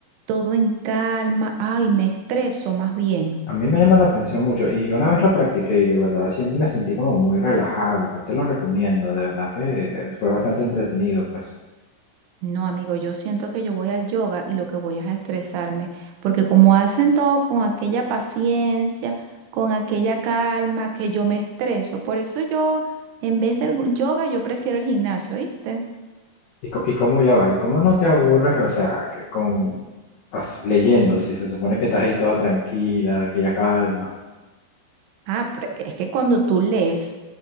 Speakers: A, on the right; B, on the left.
A: todo en calma. Ay, me estreso más bien.
B: a mí me llama la atención mucho y una vez lo practiqué y de verdad siento, me sentí como muy relajado. Yo te lo recomiendo, de verdad que fue bastante entretenido, pues.
A: No, amigo, yo siento que yo voy al yoga y lo que voy es a estresarme, porque como hacen todo con aquella paciencia, con aquella calma, que yo me estreso. Por eso yo, en vez del yoga, yo prefiero el gimnasio, ¿viste?
B: ¿Y, co- y cómo ya va? ¿Y cómo no te aburres? O sea, que con as- leyendo, si se supone que estás ahí toda tranquila, que ya calma.
A: Ah, pero es que cuando tú lees,